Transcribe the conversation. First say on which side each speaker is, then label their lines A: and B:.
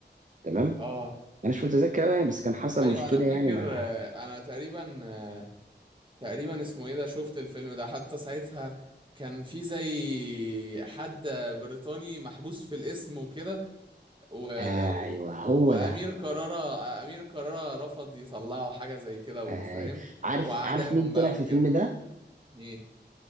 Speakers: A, on the right; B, on the right.
A: تمام؟
B: اه
A: أنا مش متذكر أوي يعني بس كان حصل
B: ايوه
A: مشكلة
B: انا
A: يعني
B: فاكر
A: مع
B: آه، انا تقريبا آه، تقريبا اسمه ايه ده شفت الفيلم ده حتى ساعتها كان في زي حد بريطاني محبوس في الاسم وكده و...
A: أيوه
B: و...
A: هو
B: وامير
A: ده
B: كرارة امير كرارة رفض يطلعوا حاجه زي كده وفاهم
A: آه، عارف
B: وعداهم
A: عارف مين طلع
B: بقى
A: في
B: وكده
A: الفيلم ده؟
B: ايه